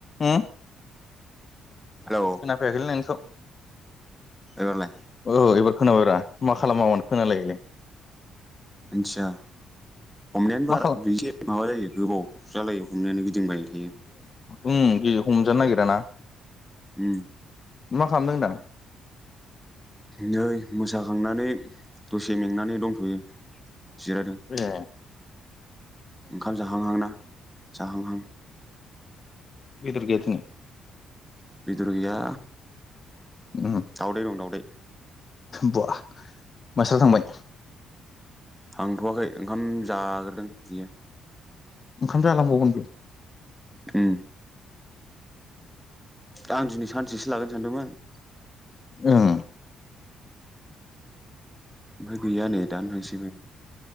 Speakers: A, on the left; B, in the centre.
A: उम
B: हेलौ
A: खोनाफैयाखैलै नोंनिखौ।
B: एबारलाय?
A: औ एबार खोनाबायब्रा मा खालामामोन खोनालायैलाय?
B: मोनथिया हमनायानो
A: मा
B: बार
A: खालाम
B: बैजे माबा जायो गोबाव जालायो हमनायानो गिद गिदिंबाय थायो।
A: उम गि हमजानो नागिर ना
B: उम।
A: मा खालामदों होनदां?
B: नै मोसाखांनानै दसे मेंनानै दंथ'यो। जिरायदों।
A: ए
B: ओंखाम जाहांहांना जाहांहां।
A: बेदर गैया दिनै?
B: बेदर गैया।
A: उम
B: दावदै दं दावदै।
A: बा मासथारा थांबाय?
B: थांथ'वाखै ओंखाम जाग्रोदों बियो।
A: ओंखाम जालांबावगोन बे?
B: उम। आं दिनै सानसेसो लागोन सानदोंमोन।
A: उम।
B: ओमफ्राय गैया नै दानो थांसैबो।